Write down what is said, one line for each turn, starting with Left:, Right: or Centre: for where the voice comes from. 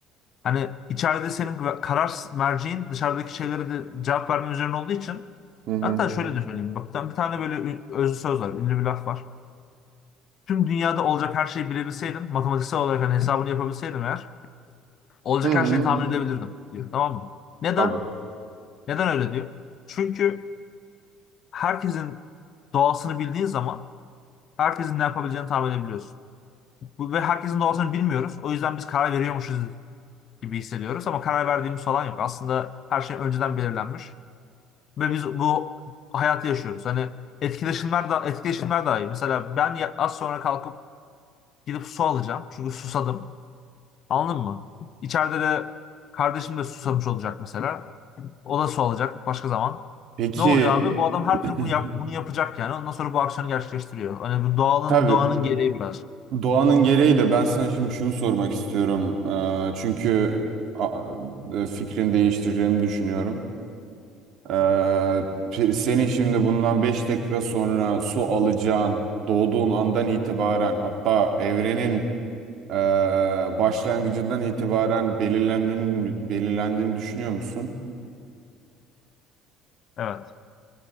Left: Hani içeride senin ve- karar merceğin dışarıdaki şeylere de cevap verme üzerine olduğu için
Right: Hı hı.
Left: hatta şöyle de söyleyeyim. Bak ben bir tane böyle ün- özlü söz var, ünlü bir laf var. Tüm dünyada olacak her şeyi bilebilseydim, matematiksel olarak hani hesabını yapabilseydim eğer, olacak
Right: Hı hı.
Left: her şeyi tahmin edebilirdim diyor. Tamam mı? Neden?
Right: Abi.
Left: Neden öyle diyor? Çünkü herkesin doğasını bildiğin zaman herkesin ne yapabileceğini tahmin edebiliyorsun. Bu, ve herkesin doğasını bilmiyoruz. O yüzden biz karar veriyormuşuz gibi hissediyoruz ama karar verdiğimiz falan yok. Aslında her şey önceden belirlenmiş. Ve biz bu hayatı yaşıyoruz. Hani etkileşimler da etkileşimler daha iyi. Mesela ben ya- az sonra kalkıp gidip su alacağım. Çünkü susadım. Anladın mı? İçeride de kardeşim de susamış olacak mesela. O da su alacak başka zaman.
Right: Peki
Left: Ne oluyor abi? Bu adam her
Right: <clears throat>
Left: türlü bunu yap- bunu yapacak yani. Ondan sonra bu aksiyonu gerçekleştiriyor. Hani bu doğanın
Right: tabii
Left: doğanın gereği biraz.
Right: doğanın gereği de ben sana şimdi şunu sormak istiyorum. Ee, çünkü a- e, fikrini değiştireceğimi düşünüyorum. Ee, pe- senin şimdi bundan 5 dakika sonra su alacağın doğduğun andan itibaren hatta evrenin ee, başlangıcından itibaren belirlendiğini, belirlendiğini düşünüyor musun?
Left: Evet.